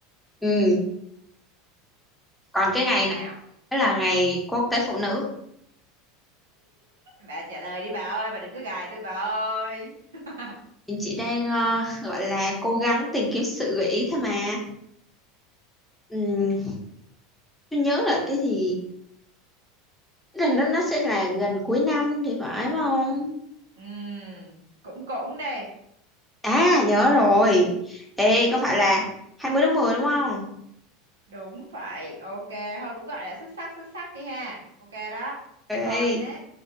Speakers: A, in the centre; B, on the right.
A: Ừ, còn cái ngày
B: là ngày
A: này
B: nào
A: là ngày quốc tế phụ nữ
B: bà trả lời đi bà ơi bà đừng có gài tôi bà ơi <laughs>
A: Mình chỉ đang ờ, gọi là cố gắng tìm kiếm sự gợi ý thôi mà. Ừm, tôi nhớ là cái thì cái lần đó nó sẽ là gần cuối năm thì phải phải không?
B: Ừm, cũng cũng đi
A: À nhớ rồi. Ê có phải là 20 tháng 10 đúng không?
B: đúng vậy ok thôi cũng gọi là xuất sắc xuất sắc đi ha ok đó
A: Ê
B: thôi má